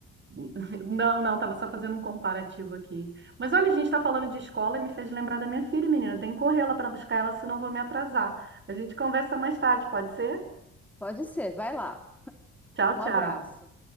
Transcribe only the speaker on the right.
<laughs> Não, não, estava só fazendo um comparativo aqui. Mas olha, a gente está falando de escola e me fez lembrar da minha filha, menina. Eu tenho que correr lá para buscar ela, senão eu vou me atrasar. A gente conversa mais tarde, pode ser?
Tchau,
tchau.